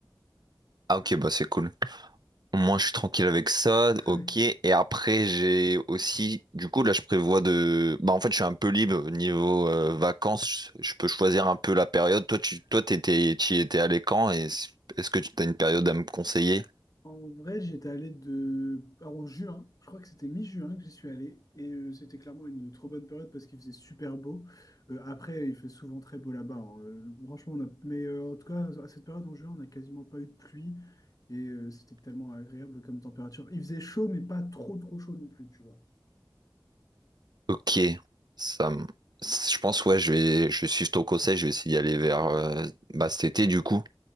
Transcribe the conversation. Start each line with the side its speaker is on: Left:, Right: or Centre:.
Right: Ah ok, bah c'est cool. Au moins je suis tranquille avec ça,
Left: <clears throat>
Right: ok. Et après j'ai aussi, du coup là je prévois de... Bah en fait je suis un peu libre au niveau euh, vacances, je peux choisir un peu la période. Toi tu toi t'étais, tu y étais allé quand et est-ce que tu as une période à me conseiller?
Left: En vrai, j'y étais allé de... alors, en juin, je crois que c'était mi-juin que j'y suis allé, et euh, c'était clairement une trop bonne période parce qu'il faisait super beau. Euh, après, il fait souvent très beau là-bas. hein. Euh, franchement, on a... mais euh, en tout cas, à cette période en juin, on n'a quasiment pas eu de pluie, et euh, c'était tellement agréable comme température. Il faisait chaud, mais pas trop trop chaud non plus, tu vois.
Right: Ok, ça me- Je pense ouais, je vais, je suis ton conseil, je vais essayer d'y aller vers euh, bah, cet été du coup.